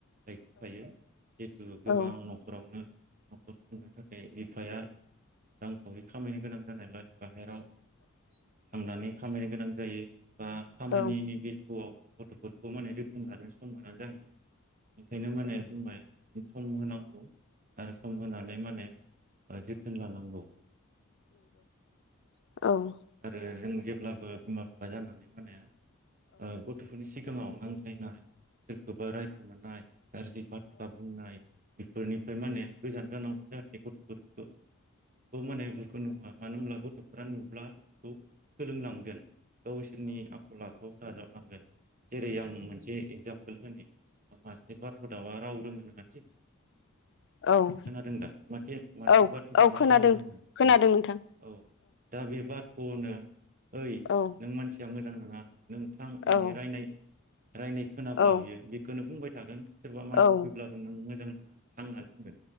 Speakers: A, on the right (about 40°); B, on the left (about 55°).
A: दाइथ' थायो जिहेतु
B: औ
A: गोबां
B: औ
A: न'खरावनो न'खर खुंनो थाखाय बिफाया रांखावरि खामायनो गोनां जानायलाय बाहेराव थांनानै खामायनो गोनां जायो बा खामानिनि
B: औ
A: बेस्थआव गथ' खौ माने जोथोन लानो सम मोना जाहोयो ओंखायनो माने बुंबाय बांसिन सम होनांगौ आरो सम होनानै माने जोथोन लानांगौ
B: औ
A: आरो जों जेब्लाबो बिमा बिफा जानानै माने ओ गथ'फोरनि सि थि समाव नांज्लायनाय सोरखौबा रायखोमानाय गाज्रि बाथ्रा बुंनाय बेफोरनिफ्राय माने गोजान जानांगौ जाहाथे गथ'फोरखो खौ माने बोरखौनाव मानो होनब्ला गथ'फोरा नुब्ला खौ सोलोंलांगोन गावसोरनि आखल आखु दाजाबलांगोन जेरै आं मोनसे एगजाम पोल होनि ओ मासे बाथ' दाउआ राव रोङो नङासै खोनादों
B: औ औ औ
A: दा माथे मासे
B: औ
A: बाथ'
B: औ
A: दउआ
B: खोनादों
A: राव रोङो
B: खोनादों
A: औ
B: नोंथां
A: औ दा बे बाथ गुबुननो ओइ
B: औ
A: नों मानस जों मोजां नङा नोंथां नानै
B: औ
A: रायनाय रायनाय खोनाब्ला
B: औ
A: बियो बेखौनो बुंबाय थागोन सोरबा मानसि
B: औ
A: फैब्लाबो नों मोजां नङा थां होनना बुंगोन